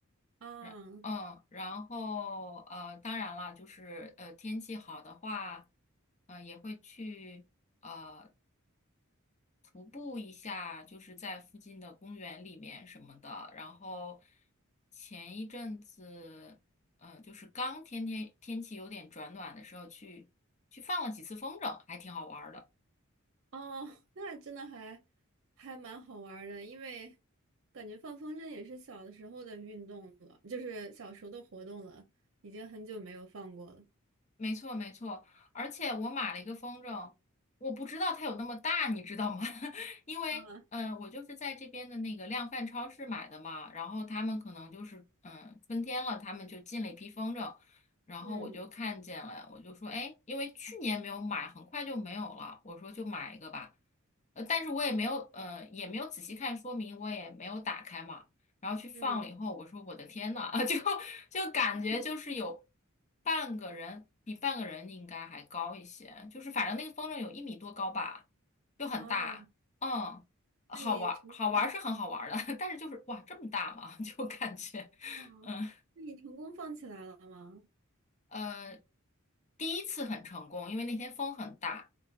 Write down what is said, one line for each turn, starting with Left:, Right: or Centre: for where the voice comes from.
Right: 啊，
Left: 然嗯，
Right: <laughs>
Left: 然后呃，当然了，就是呃天气好的话，嗯、也会去呃徒步一下，就是在附近的公园里面什么的。然后前一阵子，呃，就是刚天天天气有点转暖的时候去去放了几次风筝，还挺好玩儿的。
Right: 哦，那真的还还蛮好玩儿的，因为感觉放风筝也是小的时候的运动了，就是小时候的活动了，已经很久没有放过了。
Left: 没错，没错，而且我买了一个风筝，我不知道它有那么大，你知道吗？<laughs> 因为，
Right: 啊，
Left: 嗯、我就是在这边的那个量贩超市买的嘛，然后他们可能就是，嗯、春天了，他们就进了一批风筝，然后我就看见了，
Right: 嗯
Left: 我就说，哎，因为去年没有买，很快就没有了，我说就买一个吧，呃，但是我也没有，呃，也没有仔细看说明，我也没有打开嘛。然后去放了以后，
Right: 嗯，
Left: 我说我的天呐，<laughs> 就就感觉就是有
Right: <laughs>
Left: 半个人，比半个人应该还高一些，就是反正那个风筝有一米多高吧，就很大，
Right: 哦，
Left: 嗯，好玩儿，
Right: 那你成功，
Left: 好玩儿是很好玩儿的，<laughs> 但是就是哇这么大嘛，<laughs> 就感觉，
Right: 哦，
Left: 嗯
Right: 那你成功放起来了吗？
Left: 呃，第一次很成功，因为那天风很大，